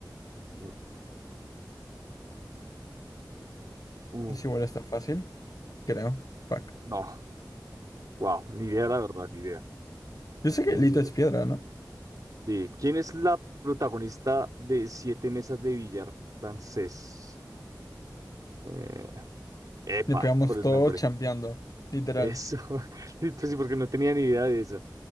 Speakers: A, on the right; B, on the left.
A: mm, mm,
B: Es igual está fácil, creo. Fuck.
A: No, wow, ni idea, la verdad, ni idea.
B: Yo sé
A: Eh,
B: que lito es piedra, ¿no?
A: sí. ¿Quién es la protagonista de Siete Mesas de Billar francés? Eh, Epa,
B: Le pegamos
A: por el
B: todo
A: nombre.
B: chambeando. Literal.
A: Eso. <laughs> Sí, Pues sí, porque no tenía ni idea de eso.